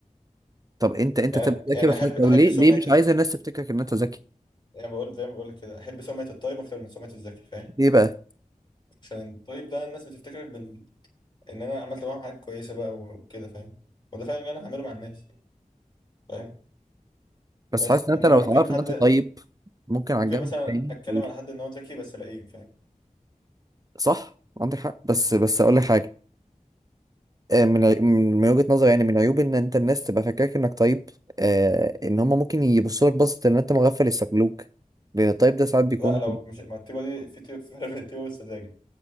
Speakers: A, on the right (about 25°); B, on the left (about 30°).
A: طب انت انت
B: يعني
A: تبقى ذكي
B: يعني
A: بس
B: احب
A: طب
B: احب
A: ليه
B: سمعه
A: ليه مش عايز الناس تفتكرك ان انت ذكي
B: يعني بقول زي ما بقول لك كده احب سمعه الطيب اكتر من سمعه الذكي فاهم
A: ليه بقى
B: عشان الطيب ده الناس بتفتكرك ان انا عملت معاهم حاجات كويسه بقى وكده فاهم وده فعلا اللي انا هعمله مع الناس فاهم
A: بس
B: بس
A: حاسس ان انت
B: انما
A: لو
B: ممكن
A: تعرف ان
B: حد
A: انت طيب ممكن على
B: ممكن
A: الجنب
B: مثلا
A: التاني
B: اتكلم
A: تقول
B: على حد ان هو ذكي بس لئيم فاهم
A: صح عندك حق بس بس اقول لك حاجه آه، من عي- من من وجهه نظري يعني من عيوب ان انت الناس تبقى فاكراك انك طيب آه، ان هم ممكن يبصوا لك بصه ان انت مغفل يستغلوك لان الطيب ده ساعات بيكون
B: لا لو مش ما التيبه دي في تيبه في فرق بين التيبه والسذاجه